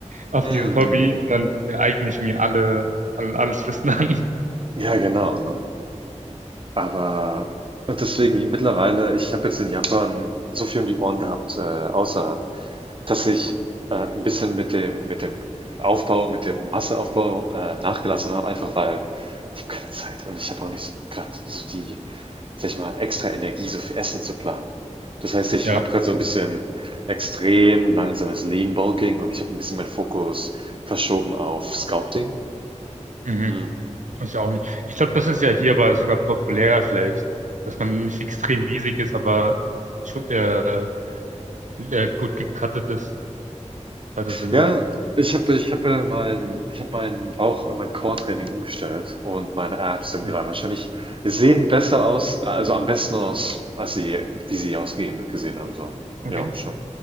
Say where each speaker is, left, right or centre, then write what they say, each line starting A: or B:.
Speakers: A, on the right; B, on the right.
A: auf
B: Mhm.
A: dieses Hobby und dann eigne ich mir alle, alle alles Wissen an.
B: Ja, genau, ne? Aber und deswegen mittlerweile, ich habe jetzt in Japan so viel um die Ohren gehabt, äh, außerhalb, dass ich äh, ein bisschen mit dem, mit dem Aufbau, mit dem Masseaufbau äh, nachgelassen habe, einfach weil ich habe keine Zeit und ich habe auch nicht gerade so die, sag ich mal, extra Energie, so viel Essen zu planen. Das heißt, ich
A: Ja,
B: habe gerade so ein bisschen extrem langsames Lean Bulking und ich habe ein bisschen meinen Fokus verschoben auf Sculpting.
A: mhm.
B: Hm.
A: Ist ja auch nicht. Ich glaube, das ist ja hierbei sogar populärer vielleicht, dass man nicht extrem riesig ist, aber schu- äh, äh, gut gecuttet ist, hat das Sinn
B: Ja,
A: macht.
B: ich habe ich hab äh, mein, ich hab meinen Bauch, äh, mein Core-Training umgestellt und meine Abs sind
A: Mhm.
B: gerade wahrscheinlich, sehen besser aus, also am besten aus, als sie, wie sie ausgehen gesehen haben. So.
A: Okay.
B: Ja, schon.